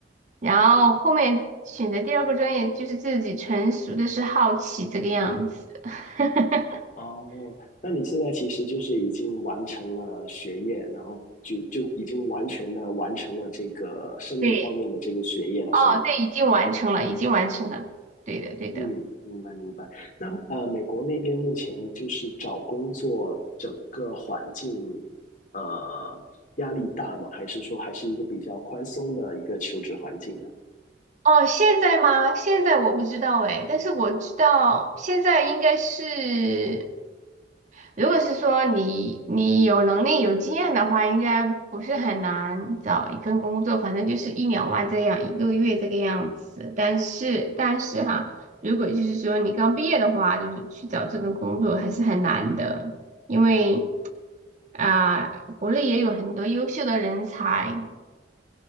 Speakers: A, on the right; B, on the left.
A: 然后后面选择第二个专业就是自己纯属的是好奇这个样子。<laughs>
B: 哦，那你现在其实就是已经完成了学业，然后就就已经完全的完成了这个生物方面的这个学业了，
A: 对，哦，
B: 是吗？
A: 对，已经完成了，已经完成了，对的，对的。
B: 嗯，明白明白。那呃，美国那边目前就是找工作整个环境，呃，压力大吗？还是说还是一个比较宽松的一个求职环境呢？
A: 哦，现在吗？现在我不知道哎，但是我知道现在应该是，如果是说你你有能力有经验的话，应该不是很难找一份工作，反正就是一两万这样一个月这个样子。但是但是哈，如果就是说你刚毕业的话，就是去找这种工作还是很难的，因为啊、国内也有很多优秀的人才。